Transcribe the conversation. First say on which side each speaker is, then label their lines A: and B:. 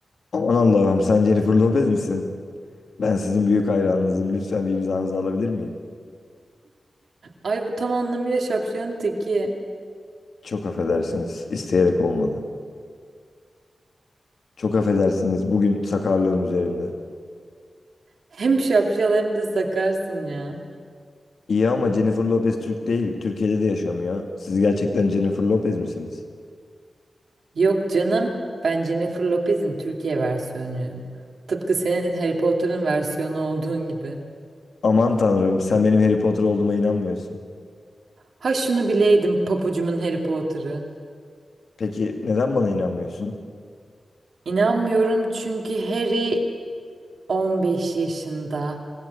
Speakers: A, on the left (about 75°); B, on the right (about 70°).
A: Aman Allah'ım, sen Jennifer Lopez misin? Ben sizin büyük hayranınızım. Lütfen bir imzanızı alabilir miyim?
B: Ay bu tam anlamıyla şapşalın teki.
A: Çok affedersiniz. İsteyerek olmadı. Çok affedersiniz. Bugün sakarlığım üzerimde.
B: Hem şapşal hem de sakarsın ya.
A: İyi ama Jennifer Lopez Türk değil. Türkiye'de de yaşamıyor. Siz gerçekten Jennifer Lopez misiniz?
B: Yok canım. Ben Jennifer Lopez'in Türkiye versiyonuyum. Tıpkı senin Harry Potter'ın versiyonu olduğun gibi.
A: Aman tanrım, sen benim Harry Potter olduğuma inanmıyorsun.
B: Ha şunu bileydim papucumun Harry Potter'ı.
A: Peki neden bana inanmıyorsun?
B: İnanmıyorum çünkü Harry 15 yaşında.